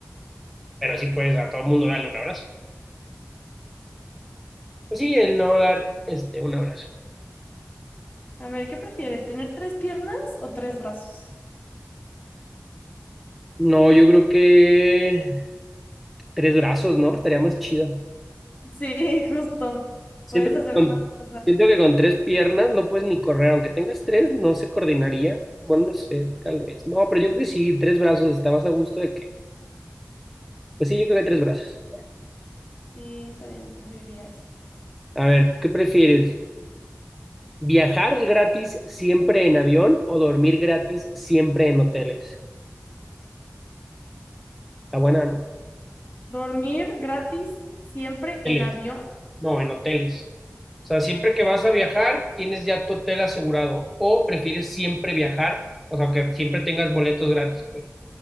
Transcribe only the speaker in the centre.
Pero sí puedes a todo mundo darle un abrazo. Pues sí, el no dar, este, un abrazo.
No, yo creo que tres brazos, ¿no? Estaría más chido.
Siento
que
con,
siento que con tres piernas no puedes ni correr, aunque tengas tres, no se coordinaría. Bueno, no sé, tal vez. No, pero yo creo que sí, tres brazos está más a gusto de que, pues sí, yo creo que tres brazos.
A ver, ¿qué prefieres? ¿Viajar gratis siempre en avión o dormir gratis siempre en hoteles? Está buena, ¿no?
Hoteles.
No, en hoteles. O sea, siempre que vas a viajar, tienes ya tu hotel asegurado. O prefieres siempre viajar, o sea, que siempre tengas boletos gratis, pues.